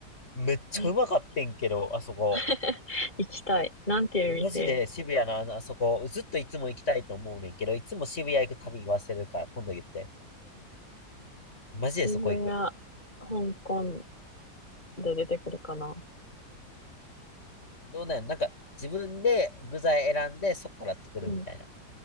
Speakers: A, on the left; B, on the left.
A: う。めっちゃうまかってんけど、
B: え、
A: あそこ。
B: <laughs> 行きたい。なんていう店
A: マジで渋谷のあの、あそこ、ずっといつも行きたいと思うねんけど、いつも渋谷行くたびに忘れるから、今度言って。マジでそこ行く。
B: 渋谷、香港で出てくるかな。
A: どうなんやなんか、自分で具材選んで、そこから作るみたいな。
B: うん。